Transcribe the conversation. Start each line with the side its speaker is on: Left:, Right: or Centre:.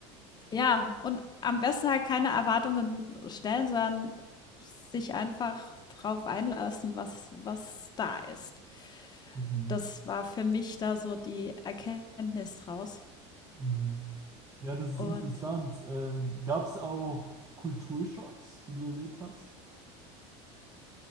Left: Ja, und am besten halt keine Erwartungen stellen, sondern sich einfach drauf einlassen, was, was da ist.
Right: Mhm.
Left: Das war für mich da so die Erkenntnis draus.
Right: Mhm. Ja, das ist
Left: Und
Right: interessant. Ähm, gab es auch Kulturschocks, die du erlebt hast?